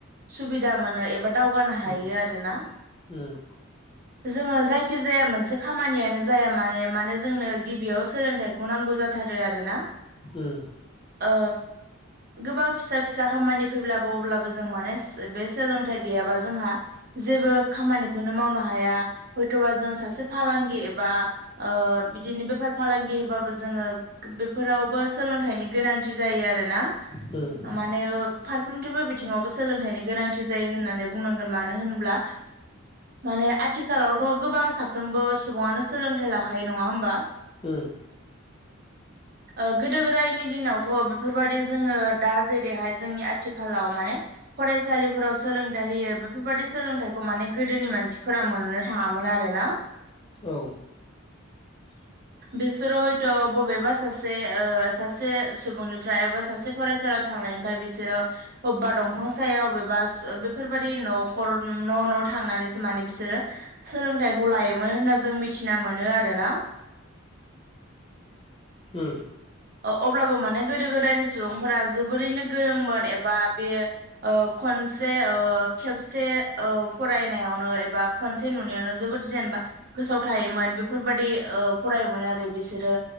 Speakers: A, on the right (about 45°); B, on the left (about 25°).
A: सुबिदा मोनो एबा दावगानो हायो
B: उम
A: आरो ना।
B: उम
A: जोङो जायखिजाया मोनसे खामानियानो जाया माने मानो जोंनो। गिबियाव सोलोंथाइखौ नांगौ जाथारो आरोना।
B: उम
A: ओ गोबां फिसा फिसा खामानि फैब्लाबो अब्लाबो जों माने बे सोलोंथाइ गैयाबा जोंहा जेबो खामानिखौनो मावनो हाया हयथ'बा जों सासे फालां थांखि एबा ओ बि दिनै बेफार फालांगि होबाबो जोङो बेफोरावबो सोलोंथाइनि गोनांथि जायो आरोना।
B: उम
A: माने फारफ्रोमफ्रबो बिथिङावबो सोलोंथायाइनि गोनांथि जायो होननानै बुंनांगोन मानो होनब्ला माने आथिखालावथ' गोबां साफ्रोमबो सुबुङानो सोलोंथाइ लाखायो नङा होमबा
B: उम
A: ओ गोदो गोदायनि दिनावथ' बेफोरबायाददि जोङो दा जेरैहाय जोंनि आथिखालाव माने फरायसालिफोराव सोलोंथाइ होयो बेफोरबायदि सोलोंथाइखौ माने गोदोनि मानसिफोरा मोननो थाङामोन आरो। आरोना।
B: औ। <unintelligible>
A: बिसोरो हयथ' बबेबा सासे ओ सासे सुबुंनिफ्राय एबा सासे फरायसालियाव थांनाय ओमफ्राय बिसोरो अबेबा दंफां साया अबेबा बेफोरबायादि न'खर न' न' थां नानै माने बिसोरो सोलोंथाइखौ लायोमोन होनना जों मिथिना मोनो आरोना।
B: होम।
A: अब्लाबो माने गोदो गोदायनि सुबुंफोरा जोबोरैनो गोरोंमोन एबा बे ओ। खनसे खेबसे फरायनायावनो एबा खनसे नुनायावनो जोबोद जेन गोसोआव थायोमोन बेफोरबादि ओ फरायोमोन आरो बिसोरो